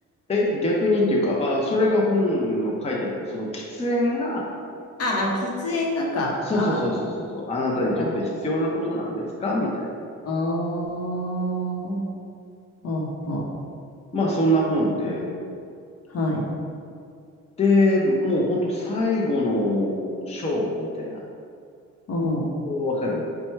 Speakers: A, on the left; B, on the left.
A: え、逆にっていうか、あ、それが本の書いてある、その喫煙が、
B: ああ、喫煙がか。
A: そうそうそうそうそうそう、
B: ああ、
A: あなたにとって必要なことなんですかみたいな。
B: わかる。ああ、ほうほう。
A: まあそんな本で、
B: はい。
A: で、もうほんと最後の章みたいな、
B: うん、うん、
A: わかる